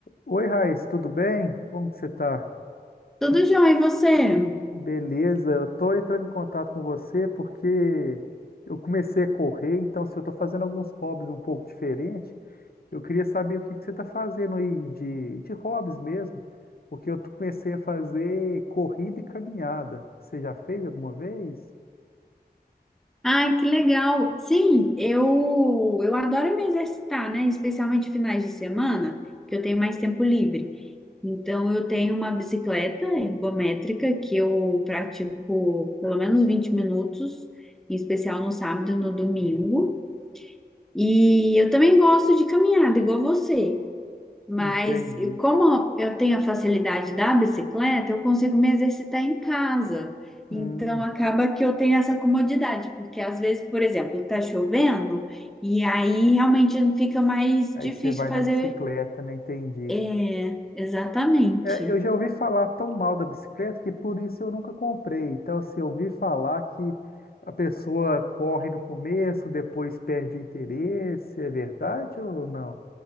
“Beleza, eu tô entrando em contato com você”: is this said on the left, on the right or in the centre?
Left